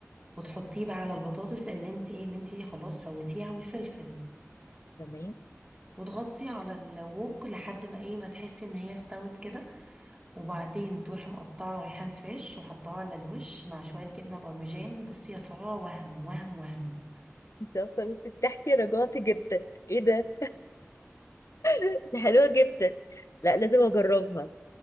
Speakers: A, on the right; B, on the left.
A: وتحطيه بقى على البطاطس اللي انت ايه اللي انت خلاص سويتيها والفلفل
B: تمام
A: وتغطي على الووك لحد ما ايه ما تحسي ان هي استوت كده وبعدين تروحي مقطعة ريحان فريش وحطها على الوش مع شوية جبنة بارميجان بصي يا سارة وهم وهم وهم
B: انت اصلا انت بتحكي رجعتي جدا ايه ده انت حلوه جدا لا لازم اجربها